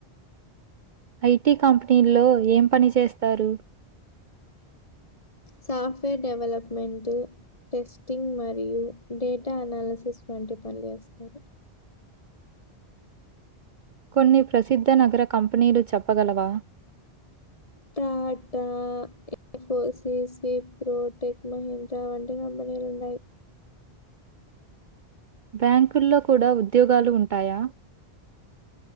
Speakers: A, on the right (about 55°); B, on the left (about 35°).
A: ఐటీ కంపెనీల్లో ఏం పని చేస్తారు.
B: సాఫ్ట్వేర్ డెవలప్మెంట్, టెస్టింగ్ మరియు డేటా అనాలిసిస్ వంటి పనులు చేస్తారు.
A: కొన్ని ప్రసిద్ధ నగర కంపెనీలు చెప్పగలవా
B: టాటా ఇన్ఫోసిస్, ఇప్రో ప్రోటెక్, మహీంద్రా వంటి కంపెనీలు ఉన్నయి.
A: బ్యాంకుల్లో కూడా ఉద్యోగాలు ఉంటాయా